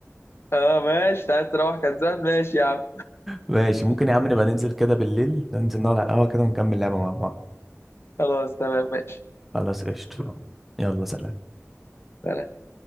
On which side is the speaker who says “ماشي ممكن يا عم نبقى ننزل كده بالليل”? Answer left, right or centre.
Centre